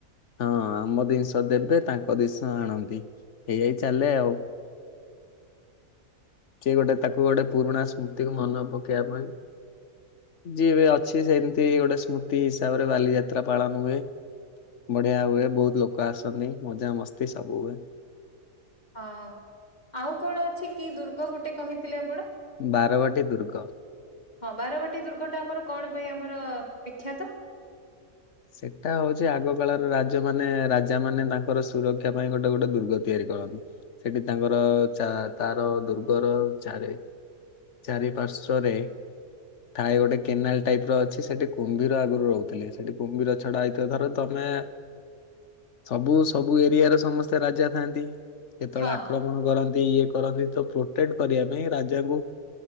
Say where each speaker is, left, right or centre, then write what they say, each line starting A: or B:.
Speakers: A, on the left; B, on the left.
A: ହଁ ଆମ ଜିନିଷ ଦେବେ ତାଙ୍କ ଜିନିଷ ଆଣନ୍ତି ଏଇଆଇ ଚାଲେ ଆଉ। ସେଏ ଗୋଟେ ତାକୁ ଗୋଟେ ପୁରୁଣା ସ୍ମୃତିକୁ ମନେ ପକେଇବା ପାଇଁ। ଯିଏବେ ଅଛି ସେମିତି ଗୋଟେ ସ୍ମୃତି ହିସାବରେ ବାଲିଯାତ୍ରା ପାଳନ ହୁଏ। ବଢିଆ ହୁଏ, ବହୁତ ଲୋକ ଆସନ୍ତି। ମଜାମସ୍ତି ସବୁ ହୁଏ।
B: ହଁ ଆଉ କଣ ଅଛି କି ଦୁର୍ଗ ଗୋଟେ କହିଥିଲେ ଆପଣ?
A: ବାରବାଟୀ ଦୁର୍ଗ।
B: ହଁ ବାରବାଟୀ ଦୁର୍ଗଟା ଆମର କଣ ପାଇଁ ଆମର ବିଖ୍ୟାତ?
A: ସେଟା ହଉଛି ଆଗ କାଳର ରାଜ ମାନେ ରାଜା ମାନେ ତାଙ୍କର ସୁରକ୍ଷା ପାଇଁ ଗୋଟେ ଗୋଟେ ଦୁର୍ଗ ତିଆରି କରନ୍ତି। ସେଠି ତାଙ୍କର ତାର ଦୁର୍ଗର ଚାରେ ଚାରିପାର୍ଶ୍ଵରେ ଥାଏ ଗୋଟେ କେନାଲ ଟାଇପର ଅଛି ସେଠି କୁମ୍ଭୀର ଆଗରୁ ରହୁଥିଲେ। ସେଠି କୁମ୍ଭୀର ଛଡା ହେଇଥିବା ଥର ତମେ
B: ହ
A: ସବୁ ସବୁ ଏରିଆର ସମସ୍ତେ ରାଜା ଥାଆନ୍ତି। କେତେବେଳେ
B: ହଁ
A: ଆକ୍ରମଣ କରନ୍ତି ଇଏ କରନ୍ତି ତ ପ୍ରୋଟେକ୍ଟ କରିବା ପାଇଁ ରାଜାଙ୍କୁ